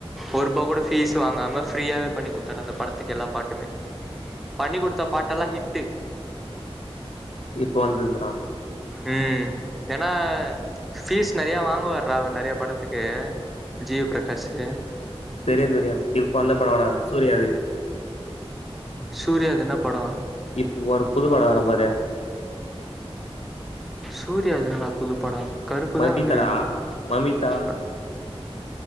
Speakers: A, in the centre; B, on the left.
A: ஒர் ருபா கூட ஃபீஸ் வாங்காம ஃப்ரீயாவே பண்ணி குத்தர்ரே அந்த படத்துக் எல்லா பாட்டுமே பண்ணி கொடுத்த பாட்டெல்லா ஹிட்டு
B: இப் வந்துது நா
A: ம் எனா ஃபீஸ் நெறியா வாங்குவார்றா அவர் நறையா படத்துக்கு ஜீவ் ப்ரகாஷ்க்கு
B: தெரியு தெரிய இப் வந்த படவானே சூரியா அது
A: சூரியாது என்ன படோ
B: இப் ஒரு புது படா வர போதே
A: சூர்யா அது என்னடா புதுப்படம் கருப்பு
B: மமிதாடா
A: தா வந்துருக்குது
B: மமிதா
A: அ